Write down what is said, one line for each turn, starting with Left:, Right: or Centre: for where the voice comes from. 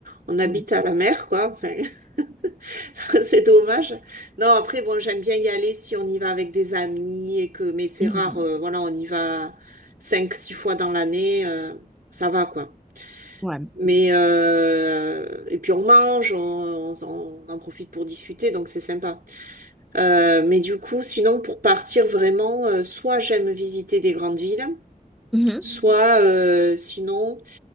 Right: on habite
Centre: Mhm.
Right: à la mer, quoi. <laughs> <laughs> C'est dommage. Non, après, bon, j'aime bien y aller si on y va avec des amis et que, mais c'est
Centre: Mhm.
Right: rare, euh, voilà, on y va cinq, six fois dans l'année, euh, ça va, quoi.
Centre: Ouais.
Right: Mais, euh, et puis on mange, on, on s'en- on en profite pour discuter, donc c'est sympa. Euh, mais du coup, sinon, pour partir vraiment, euh, soit j'aime visiter des grandes villes,
Centre: Mhm.
Right: soit, euh, sinon,